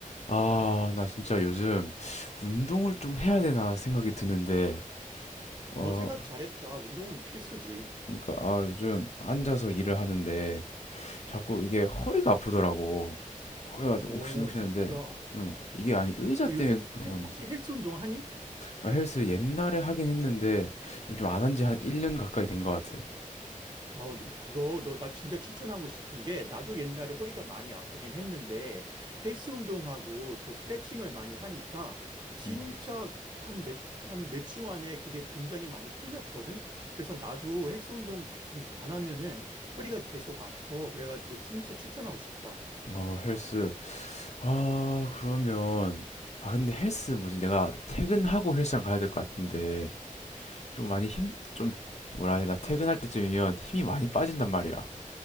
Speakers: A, on the left; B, on the right.
A: 아, 나 진짜 요즘 운동을 좀 해야 되나 생각이 드는데, 어,
B: 어, 생각 잘했다. 운동은 필수지.
A: 그러니까, 아, 요즘 앉아서 일을 하는데 자꾸 이게 허리가 아프더라고. 허리가 좀
B: 오,
A: 욱신욱신한데,
B: 진짜. 너
A: 음, 이게 아니 의자 때문에
B: 요즘
A: 그런
B: 헬-
A: 건지.
B: 혹시 헬스 운동 하니?
A: 아, 헬스 옛날에 하긴 했는데 좀 안 한지 한 1년 가까이 된 것 같아.
B: 아, 그거 너 나 진짜 추천하고 싶은 게 나도 옛날에 허리가 많이 아프긴 했는데 헬스 운동하고 그 스트레칭을 많이 하니까 진짜
A: 음,
B: 한 몇, 한 몇 주 안에 그게 굉장히 많이 풀렸거든. 그래서 나도 헬스 운동 좀 안 하면은 허리가 계속 아파. 그래가지고 진짜 추천하고 싶다.
A: 어, 헬스. 아, 그러면, 아, 근데 헬스 뭐지? 내가 퇴근하고 헬스장 가야 될 것 같은데, 좀 많이 힘, 좀 뭐라 해야 되나 퇴근할 때쯤이면 힘이 많이 빠진단 말이야.